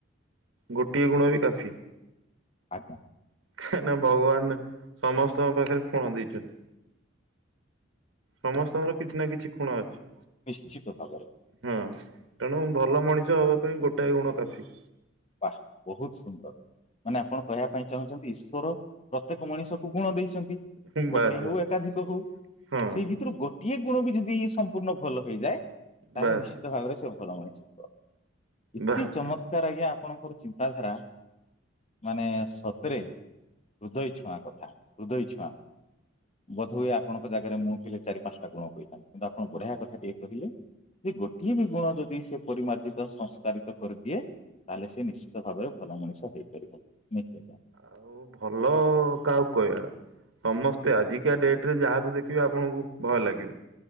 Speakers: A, on the right (about 70°); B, on the left (about 35°).
A: ଗୋଟିଏ ଗୁଣ ବି କାଫି।
B: ଆଜ୍ଞା।
A: କାହିଁକି ନା ଭଗବାନ ସମସ୍ତଙ୍କ ପାଖରେ ଖୁଣ ଦେଇଛନ୍ତି। ସମସ୍ତଙ୍କର କିଛି ନା କିଛି ଖୁଣ ଅଛି।
B: ନିଶ୍ଚିତ ଭାବରେ।
A: ହଁ ତେଣୁ ଭଲ ମଣିଷ ହବା ପାଇଁ ଗୋଟାଏ ଗୁଣ କାଫି।
B: ବା ବହୁତ ସୁନ୍ଦର ମାନେ ଆପଣ କହିବା ପାଇଁ ଚାହୁଁଛନ୍ତି ଈଶ୍ୱର ପ୍ରତ୍ୟେକ ମଣିଷକୁ ଗୁଣ ଦେଇଛନ୍ତି।
A: ହୁଁ ବାସ୍
B: ଗୋଟେ
A: ବାସ୍
B: ହଉ ଏକାଧିକ ହଉ
A: ହଁ
B: ସେଇ ଭିତରୁ ଗୋ ଟିଏ ଗୁଣ ବି ଯଦି ସମ୍ପୂର୍ଣ୍ଣ ଭଲ ହେଇଯାଏ। ତାହେଲେ
A: ବାସ୍
B: ନିଶ୍ଚିତ ନିଶ୍ଚିତ ଭାବରେ ସେ ଭଲ ମଣିଷ ଥିବ ଏତେ
A: ବାସ୍।
B: ଚମତ୍କାର ଆଜ୍ଞା ଆପଣଙ୍କର ଚିନ୍ତାଧାରା। ମାନେ ସତରେ ହୃଦୟ ଛୁଆଁ କଥା ହୃଦୟ ଛୁଆଁ। ବୋଧହୁଏ ଆପଣଙ୍କ ଜାଗାରେ ମୁଁ ଥିଲେ ଚାରି ପାଞ୍ଚଟା ଗୁଣ କହିଥାନ୍ତି କିନ୍ତୁ ଆପଣ ବଢିଆ କଥା ଟିଏ କହିଲେ। କି ଗୋଟିଏ ବି ଗୁଣ ଯଦି ସେ ପରିମାର୍ଜିତ ସଂସ୍କାରିତ କରିଦିଏ। ତାହେଲେ ସେ ନିଶ୍ଚିତ ଭାବରେ ଭଲ ମଣିଷ ହେଇପାରିବ ନିଶ୍ଚିତ।
A: ଆଉ ଭଲ କାହାକୁ କହିବା। ସମସ୍ତେ ଆଜିକା ଡେଟ ରେ ଯାହାକୁ ଦେଖିବେ ଆପଣଙ୍କୁ ଭୟ ଲାଗିବ।